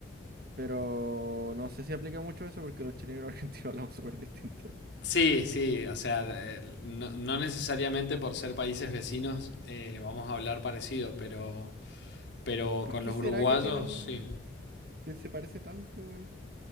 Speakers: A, on the right; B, on the left.
A: pero no sé si aplica mucho eso porque los chilenos y los <laughs> argentinos hablamos súper distintos.
B: Sí, sí, o sea, eh, no, no necesariamente por ser países vecinos eh, vamos a hablar parecido, pero, pero
A: ¿Y por
B: con
A: qué
B: los
A: será
B: uruguayos
A: que tienen,
B: sí.
A: que se parece tanto, weón?